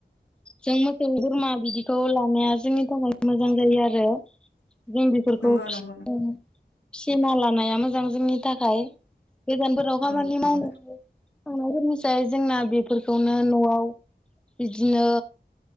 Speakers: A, in the centre; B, on the left.
A: जों मोसौ बोरमा बिदिखौ लानाया जोंनि थाखाय मोजां जायो आरो जों बेफोरखौ
B: नंगौ
A: फिनो
B: नंगौ नंगौ
A: फिना लानाया मोजां जोंनि थाखाय गोजानफोराव खामानि
B: औ नंगौ
A: मावनो थांनायफोरनिसाय जोंना बेफोरखौनो न'आव बिदिनो